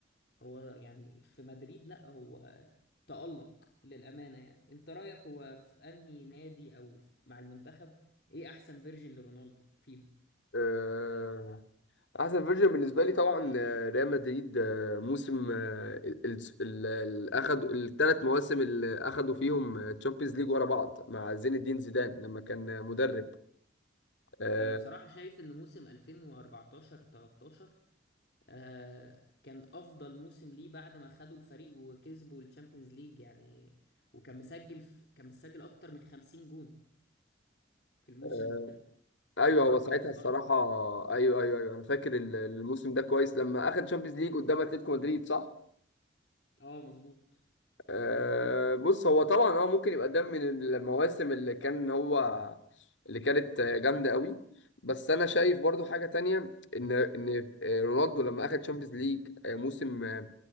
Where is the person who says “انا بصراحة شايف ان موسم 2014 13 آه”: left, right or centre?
Left